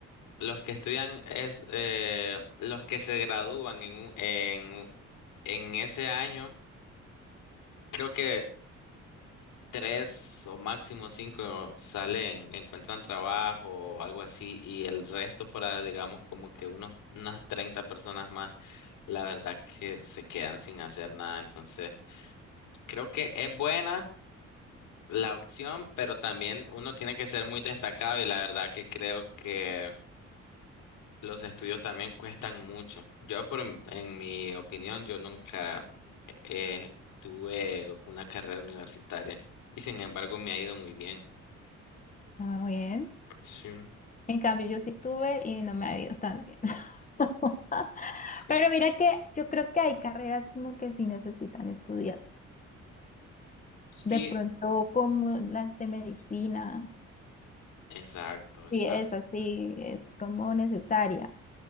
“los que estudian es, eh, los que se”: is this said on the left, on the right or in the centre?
Left